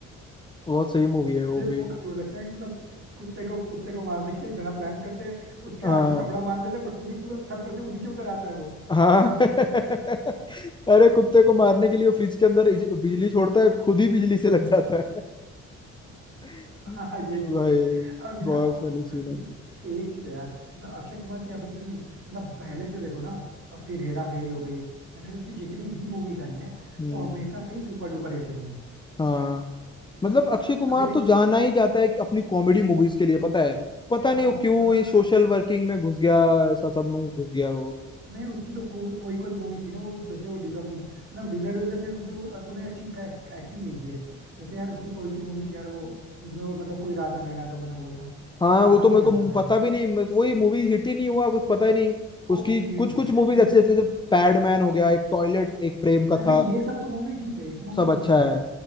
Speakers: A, on the left; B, on the right.
A: बहुत सही मूवी है वो
B: मुझे तो
A: भी
B: वो क्यों लगता है कि मतलब कुत्ते को कुत्ते को मारने के लिए इतना प्लान करते हैं उसके
A: हाँ
B: आंख में कपड़ा बांध देते हैं बट फिर भी पूरा छत पर से वो नीचे उतर आता है वो
A: हाँ <laughs> अरे कुत्ते को मारने के लिए वो फ्रिज के अंदर इज- बिजली छोड़ता है खुद ही बिजली से लग जाता है <laughs>
B: <laughs> हाँ हाँ, ये
A: भाई
B: चीज तो है और
A: बहुत
B: यार वो
A: फनी सीन
B: ये
A: है
B: अच्छा, एक चीज है यार मतलब अक्षय कुमार की अभी से नहीं मतलब पहले से देखो ना अब फिर हेरा फेरी हो गई या फिर उसकी जितनी भी मूवीज आई हैं
A: हम्म
B: वो हमेशा से ही सुपर डुपर हिट रही हैं
A: हाँ मतलब अक्षय कुमार
B: अभी लेकिन
A: तो जाना ही जाता है कि अपनी कॉमेडी मूवीज के लिए पता है पता
B: हाँ
A: नहीं वो क्यों
B: मतलब
A: ये सोशल वर्किंग में घुस गया ऐसा सब में घुस गया वो
B: नहीं उसकी जो कोई कोई कोई मूवी थी ना वो जैसे वो डिजर्व नहीं मतलब डिजर्व इन द सेंस उसने वो तूने अच्छी एक्टिंग नहीं की है जैसे यार उसकी कोई तो मूवी थी यार वो जिसमें वो मतलब कोई राजा महाराजा बना हुआ था मुझे
A: हाँ
B: नाम
A: वो तो मेरे
B: नहीं
A: को
B: याद आ रहा यार
A: पता भी नहीं मेरे को वही मूवी हिट ही नहीं हुआ कुछ पता ही नहीं
B: वो
A: उसकी
B: मूवी हिट
A: कुछ
B: नहीं
A: कुछ मूवीज
B: लेकिन
A: अच्छी अच्छी जैसे पैडमैन हो गया एक टॉयलेट एक प्रेम का
B: हाँ
A: था
B: नहीं ये सब तो मूवी ठीक है ये सब मूवी
A: सब
B: ठीक
A: अच्छा
B: थी भाई
A: है